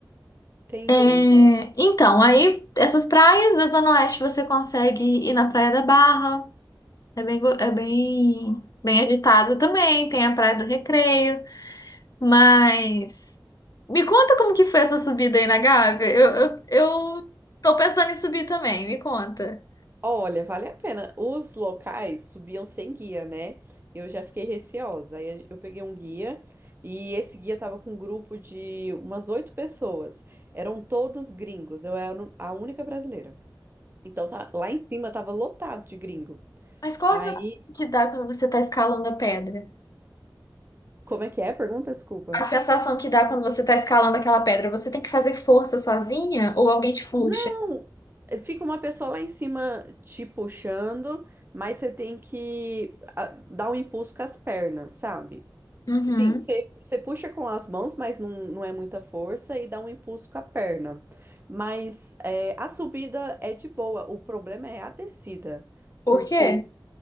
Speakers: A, on the right; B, on the left.
A: entendi.
B: É, então, aí essas praias da Zona Oeste você consegue ir na Praia da Barra, é bem, go- é bem, bem agitado também, tem a Praia do Recreio, mas me conta como que foi essa subida aí na Gávea, eu, eu, eu tô pensando em subir também, me conta.
A: Olha, vale a pena. Os locais subiam sem guia, né? Eu já fiquei receosa. Aí eu peguei um guia e esse guia tava com um grupo de umas oito pessoas. Eram todos gringos. Eu era a única brasileira. Então tá- lá em cima tava lotado de gringo.
B: Mas qual
A: Aí,
B: a sensação que dá quando você tá escalando a pedra?
A: como é que é? Pergunta, desculpa.
B: A sensação que dá quando você tá escalando aquela pedra, você tem que fazer força sozinha ou alguém te puxa?
A: Não, fica uma pessoa lá em cima te puxando, mas você tem que ah, dar um impulso com as pernas, sabe?
B: Uhum.
A: Sim, você você puxa com as mãos, mas não, não é muita força e dá um impulso com a perna. Mas é, a subida é de boa, o problema é a descida,
B: Por
A: porque
B: quê?